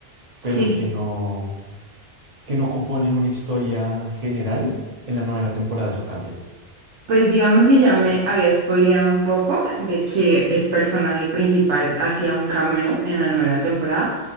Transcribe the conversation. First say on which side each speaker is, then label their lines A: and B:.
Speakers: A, on the right; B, on the right.
A: Sí,
B: pero que no, que no componen una historia general. En la novena temporada eso cambia.
A: pues digamos que ya me había spoileado un poco de que el personaje principal hacía un cameo en la novena temporada,